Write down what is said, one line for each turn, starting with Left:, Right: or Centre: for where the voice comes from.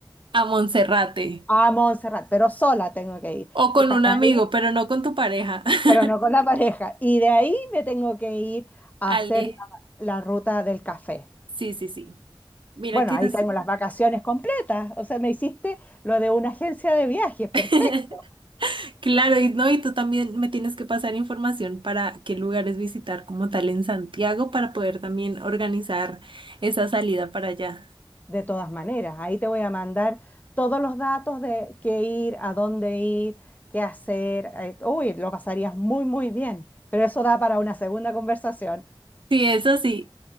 Right: a Monserrate,
Left: A Montserrat, pero sola tengo que ir.
Right: o con
Left: Y para
Right: un amigo,
Left: ir,
Right: pero no con tu pareja. <laughs>
Left: pero no con la pareja. Y de ahí me tengo que ir a
Right: Ale,
Left: hacer la la ruta del café.
Right: sí, sí, sí. Mira
Left: Bueno,
Right: que
Left: ahí
Right: es...
Left: tengo las vacaciones completas. O sea, me hiciste lo de una agencia de viajes, perfecto.
Right: <laughs> Claro, y no, y tú también me tienes que pasar información para qué lugares visitar como tal en Santiago para poder también organizar esa salida para allá.
Left: De todas maneras, ahí te voy a mandar todos los datos de qué ir, a dónde ir, qué hacer. eh, Uy, lo pasarías muy, muy bien. Pero eso da para una segunda conversación.
Right: Sí, eso sí.